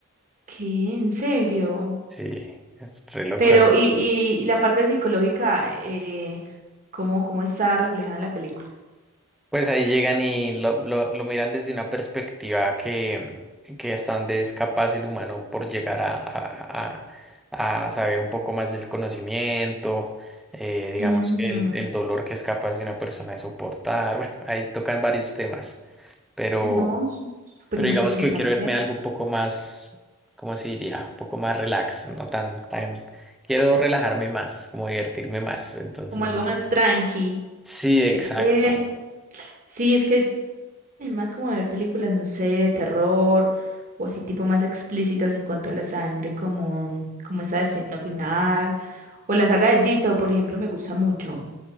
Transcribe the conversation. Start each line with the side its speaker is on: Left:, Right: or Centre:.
Right: ¿Qué? ¿En serio?
Centre: Sí, es re loco,
Right: Pero,
Centre: ¿no?
Right: ¿y, y, y la parte psicológica, eh, cómo, cómo está reflejada en la película?
Centre: Pues ahí llegan y lo, lo, lo miran desde una perspectiva que, que hasta donde es capaz el humano por llegar a, a- a- a saber un poco más del conocimiento, eh, digamos
Right: Mm,
Centre: que el, el dolor que es capaz de una persona de soportar. Bueno, ahí tocan varios temas, pero.
Right: no, súper
Centre: Pero
Right: interesante.
Centre: digamos que yo quiero verme algo un poco más, ¿cómo se diría? Un poco más relax, no tan, tan. Quiero relajarme más, como divertirme más. Entonces,
Right: Como
Centre: no.
Right: algo más tranqui.
Centre: Sí, exacto.
Right: Es que, sí, es que soy más como de ver películas, no sé, de terror o así tipo más explícitas en cuanto a la sangre, como, como esa de Destino Final o la saga de Deep Town, por ejemplo, me gusta mucho.